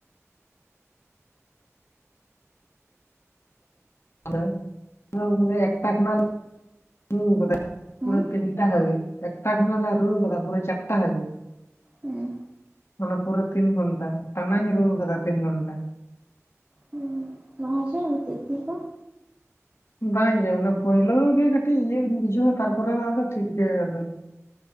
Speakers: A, on the left; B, on the right.
A: <inaudible> ᱯᱩᱨᱟᱹ ᱯᱩᱨᱟᱹ ᱮᱠᱴᱟ ᱠᱷᱚᱱᱟᱜ ᱯᱩᱨᱟᱹᱣ ᱠᱟᱛᱟ
B: ᱦᱮᱸ
A: ᱯᱩᱨᱟᱹᱣ ᱛᱤᱱᱴᱟ ᱦᱟᱵᱤ ᱮᱠᱴᱟ ᱠᱷᱱᱟᱜ ᱞᱮ ᱨᱩᱣ ᱠᱟᱫᱟ ᱯᱩᱨᱟᱹ ᱪᱟᱨᱴᱟ ᱦᱟᱵᱤᱡ
B: ᱦᱮᱸ
A: ᱢᱟᱱᱮ ᱯᱩᱨᱟᱹ ᱛᱤᱱ ᱜᱷᱚᱱᱴᱟ ᱴᱟᱱᱟᱧ ᱨᱩᱣ ᱠᱟᱫᱟ ᱛᱤᱱ ᱜᱷᱚᱱᱴᱟ
B: ᱦᱮᱸ ᱵᱟᱝ ᱦᱟᱥᱩᱭᱮᱫ ᱢᱮᱛᱮ ᱛᱤ ᱠᱚ?
A: ᱵᱟᱝᱜᱮ ᱚᱱᱮ ᱯᱳᱭᱞᱳ ᱜᱮ ᱠᱟᱹᱴᱤᱡ ᱤᱭᱟᱹᱧ ᱵᱩᱡᱷᱟᱹᱣᱟ ᱛᱟᱨᱯᱚᱨᱮ ᱟᱫᱚ ᱴᱷᱤᱠ ᱜᱮ ᱟᱫᱚ